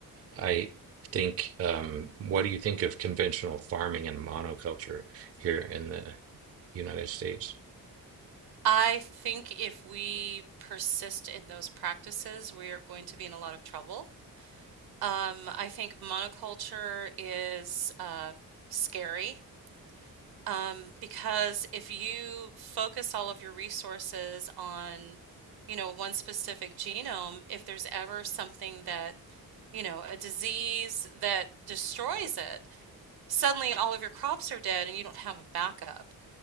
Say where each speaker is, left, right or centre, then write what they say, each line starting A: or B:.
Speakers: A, on the right; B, on the right.
A: I think, um, what do you think of conventional farming and monoculture here in the United States?
B: I think if we persist in those practices, we are going to be in a lot of trouble. Um, I think monoculture is uh, scary um, because if you focus all of your resources on, you know, one specific genome, if there's ever something that, you know, a disease that destroys it, suddenly all of your crops are dead and you don't have a backup.